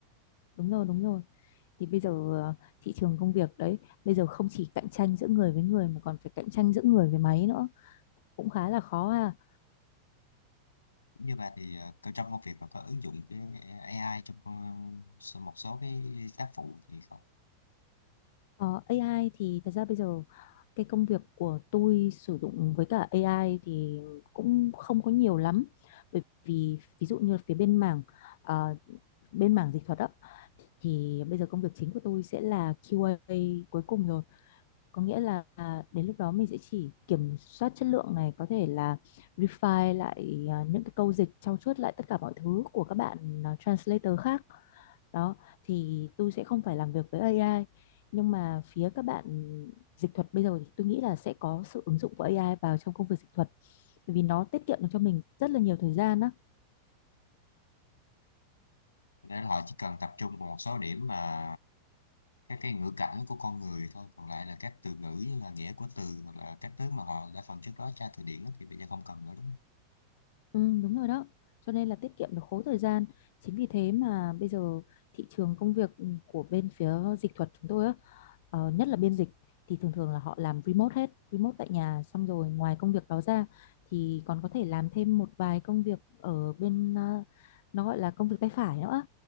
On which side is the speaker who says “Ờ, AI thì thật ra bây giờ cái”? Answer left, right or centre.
Left